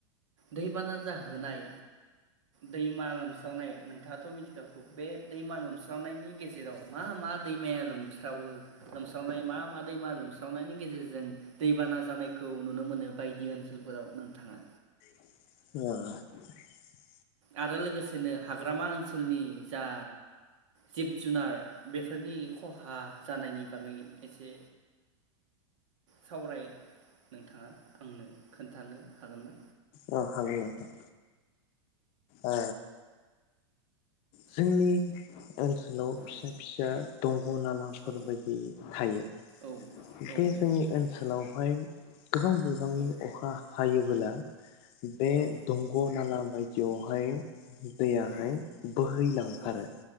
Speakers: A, on the right (about 75°); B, on the left (about 40°).
A: दैबाना जाहोनाय दैमा लोमस्रावनाय नोंथाङाथ' मिथिखागौ बे दैमा लोमस्रावनायनि गेजेराव मा मा दैमाया लोमस्रावो लोमस्रावनाय मा मा दैमा लोमस्रावनायनि गेजेरजों दैबाना जानायखौ नुनो मोनो बायदि ओनसोल फोराव नोंथाङा
B: <unintelligible>
A: आरो लोगोसेनो हाग्रामा ओनसोलनि जा जिब जुनार बेफोरनि खहा जानायनि बागै एसे सावराय नोंथाङा आंनो खोन्थानो हागोन ना?
B: अ हागोन नोथां ओ जोंनि
A: औ
B: ओनसोलाव फिसा
A: औ
B: फिसा दंग नालाफोरबायदि
A: औ
B: थायो
A: औ औ
B: बे
A: औ
B: जोंनि
A: थायो
B: ओनसोलावहाय गोबां बिबांनि
A: औ
B: अखा हायो बोला बे
A: औ
B: दंग नाला बाय बेवहाय दैयाहाय
A: औ
B: बोहैलांखारो
A: औ